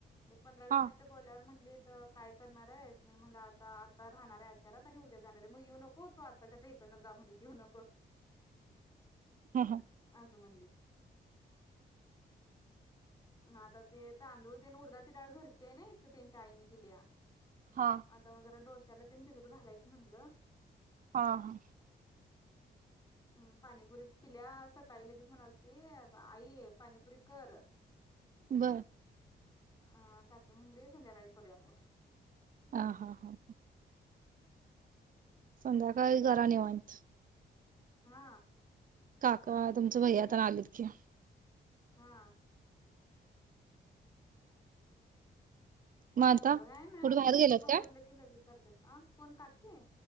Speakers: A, on the left; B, on the right.
A: एक पंधरा वसनिट
B: हा
A: बोल्यावर म्हणली. तर काय करणार आहे. मी म्हटलं आता आता राहणारे आचारात आणि उद्या जाणार आहे मग येऊ नको तो आताच्या इकड ली तनक
B: हा
A: आजो म्हणलीित मग आता ते तांदूळ ते उडदाची डाळ घरची आहे नाही. तर त्यांच्या आईने दिल्या
B: हा
A: आता मजरा डोसे त्याला तनी भिजत घालायचं म्हणलं.
B: हा हा.
A: हम् पाणीपुरी पिल्या सकाळी लगेच म्हणाल त आई पाणीपुरी कर
B: बर.
A: अ काकी म्हणली संध्याकाळी करूया मग
B: हा हा हा ह संध्याकाळी घरा निवांत
A: हा
B: काका तुमच भै आता आलेत की
A: हा
B: मग आता
A: तसं काय ना
B: कुठे बाहेर
A: कधी
B: गेल्यात
A: ख
B: काय
A: वाटलं की लगेच करतात अ कोण काकी आहे